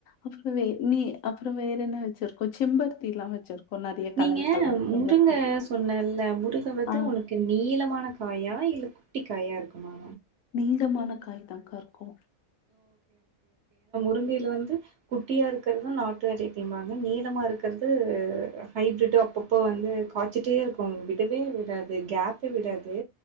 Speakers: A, on the left; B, on the right.
A: அப்ற வே நீ அப்ற வேறென்ன வச்சிருக்கோ செம்பருத்திலா வச்சிருக்கோ நெறைய
B: நீங்க
A: கலர் கலர் செம்பருத்தி
B: முருங்க சொன்னல முருங்க வந்து
A: ஆ
B: உனக்கு நீளமான காயா இல்ல குட்டிக்காயா இருக்குமா
A: நீளமான காய்தாக்காருக்கூ
B: கொழந்தைல வந்து குட்டியா இருக்கிறது நாட்டு வெரைட்டிம்பாங்க நீளமாருக்கறது ஹைப்ரிட் அப்பப்போ வந்து காய்ச்சிட்டேருக்கும் விடவே விடாது கேப்பே விடாது